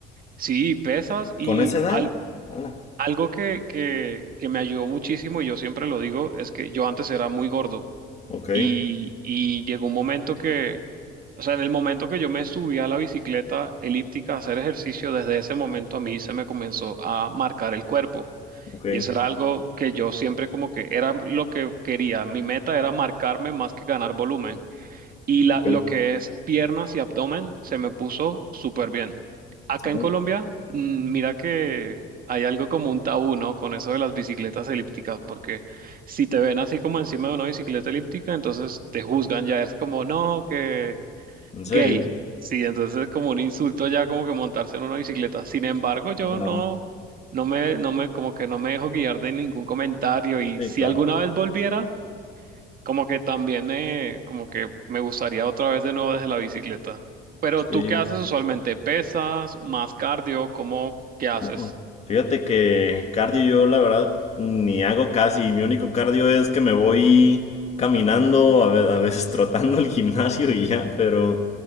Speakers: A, on the right; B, on the left.
A: sí, pesas y
B: con esa edad.
A: al-
B: Hala.
A: algo que, que, que me ayudó muchísimo, y yo siempre lo digo, es que yo antes era muy gordo
B: Ok.
A: y, y llegó un momento que, o sea, en el momento que yo me subí a la bicicleta elíptica a hacer ejercicio, desde ese momento a mí se me comenzó a marcar el cuerpo.
B: Ok,
A: Y eso era algo que yo siempre como que era lo que quería. Mi meta era marcarme más que ganar volumen. Y la,
B: Ok.
A: lo que es piernas y abdomen se me puso súper bien. Acá
B: ok.
A: en Colombia, mm, mira que hay algo como un tabú, ¿no? Con eso de las bicicletas elípticas, porque si te ven así como encima de una bicicleta elíptica, entonces te juzgan ya, es como, no, que
B: ¿en
A: gay.
B: serio?
A: Sí, entonces es como un insulto ya como que montarse en una bicicleta. Sin embargo, yo
B: Claro,
A: no, no me, no me, como que no me dejo guiar de ningún comentario y
B: Sí,
A: si
B: claro.
A: alguna vez volviera... Como que también, eh, como que me gustaría otra vez de nuevo desde la bicicleta. Pero
B: Sí.
A: tú, ¿qué haces usualmente? ¿Pesas? ¿Más cardio? ¿Cómo? ¿Qué haces?
B: No. no. Fíjate que cardio yo la verdad ni hago casi. Mi único cardio es que me voy caminando, a ve- a veces <laughs> trotando al gimnasio y ya, pero